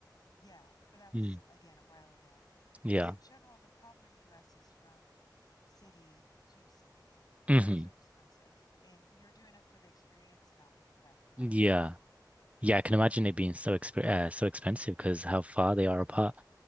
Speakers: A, on the left; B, on the right.
A: Yeah, but that was
B: Mm.
A: again a while ago.
B: Yeah.
A: But in general, the problem in the US is from city to city. Those
B: hmm
A: are expensive, and you're doing it for the experience, not for the practicality.
B: <clears throat> Yeah. Yeah, I can imagine it being so exp uh, so expensive because how far they are apart.